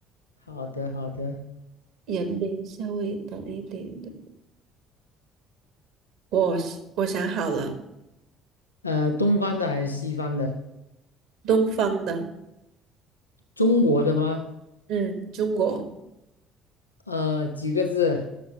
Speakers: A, on the left (about 85°); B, on the right (about 60°).
A: 好的，好的。
B: 人名，<laughs> 稍微难一点的。我是我想好了，
A: 呃，东方的还是西方的？
B: 东方的，
A: 中国的吗？
B: 嗯，中国
A: 呃，几个字？